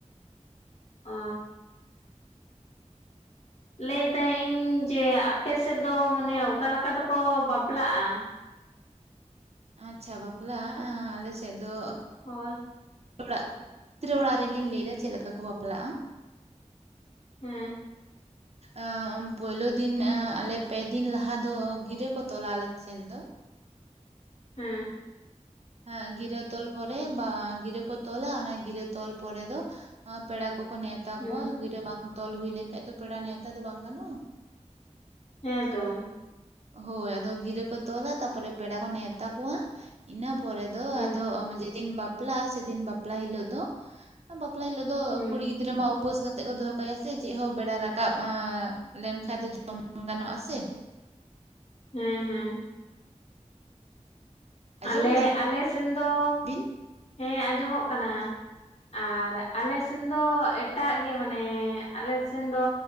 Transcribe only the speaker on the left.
ᱚ ᱞᱟᱹᱭ ᱛᱟᱦᱮᱸᱜ ᱤᱧ ᱡᱮ ᱟᱯᱮ ᱥᱮᱫ ᱫᱚ ᱢᱟᱱᱮ ᱚᱠᱟ ᱞᱮᱠᱟ ᱛᱮᱠᱚ ᱵᱟᱯᱞᱟᱜᱼᱟ
ᱦᱳᱭ
ᱦᱮᱸ
ᱦᱮᱸ
ᱦᱩᱸ
ᱦᱮᱸ ᱛᱚ
ᱦᱩᱸ
ᱦᱩᱸ
ᱦᱮᱸ ᱦᱮᱸ᱾
ᱟᱞᱮ ᱟᱞᱮ ᱥᱮᱱ ᱫᱚ
ᱦᱮᱸ ᱟᱸᱡᱚᱢᱚᱜ ᱠᱟᱱᱟ᱾ ᱟᱨ ᱟᱞᱮ ᱥᱮᱱ ᱫᱚ ᱮᱴᱟᱜ ᱜᱮ ᱢᱟᱱᱮ ᱟᱞᱮ ᱥᱮᱱ ᱫᱚ